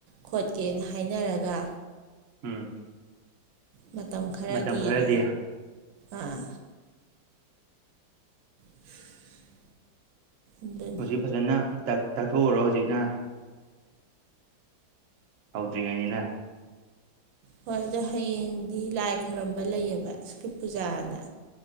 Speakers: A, on the right; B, on the right.
A: ꯈꯣꯠꯀꯦꯅ ꯍꯥꯏꯅꯔꯒ
B: ꯎꯝ
A: ꯃꯇꯝ ꯈꯔꯗꯤꯅ
B: ꯃꯇꯝ ꯈꯔꯗꯤ
A: ꯑꯥ <inaudible> ꯑꯗꯨꯅꯤ
B: ꯍꯧꯖꯤꯛ ꯐꯖꯅ ꯇꯥꯛ ꯇꯥꯛꯊꯣꯛꯎꯔꯣ ꯍꯧꯖꯤꯛꯅ꯫ ꯍꯧꯗ꯭ꯔꯤ ꯉꯥꯏꯅꯤꯅ
A: ꯍꯣꯏ ꯑꯗꯣ ꯍꯌꯦꯡꯗꯤ ꯂꯥꯏ ꯈꯣꯏꯔꯝꯕ ꯂꯩꯌꯦꯕ <unintelligible> ꯄꯨꯖꯥꯅ